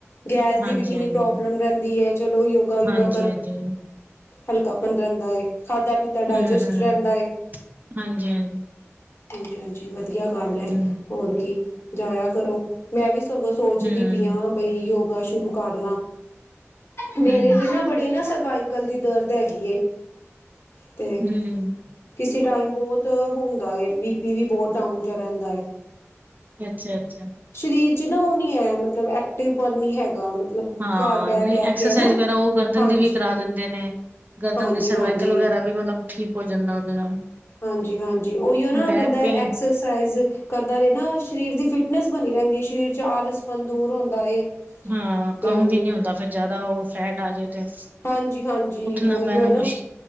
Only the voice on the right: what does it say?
ਹਾਂਜੀ
ਹਾਂਜੀ
ਹਾਂਜੀ ਹਾਂਜੀ ਹੂੰ
ਹੂੰ
ਹਾਂਜੀ ਹਾਂਜੀ
ਹੂੰ
ਹੂੰ
ਹੂੰ
ਹੂੰ
ਅੱਛਾ- ਅੱਛਾ
ਹਾਂ,
ਨਈ
ਐਕਸਰਸਾਈਜ਼
ਵਗੈਰਾ, ਉ ਗਰਦਨ
ਦੀ ਵੀ ਕਰਾ ਦੇਂਦੇ ਨੇ, ਗਰਦਨ
ਦੀ ਸਰਵਾਈਕਲ
ਵਗੈਰਾ ਵੀ ਮਤਲਬ ਠੀਕ ਹੋ ਜਾਂਦਾ, ਉਦੇ ਨਾਲ
ਬੈਕ
ਪੇਨ
ਹੂੰ ਕੰਮ
ਵੀ ਨੀ ਹੁੰਦਾ, ਫੇਰ ਜ਼ਾਦਾ ਉਹ ਫੈਟ ਆ ਜੇ ਤੇ
ਉੱਠਨਾ
ਬੇਨਾ
ਮੁਸ਼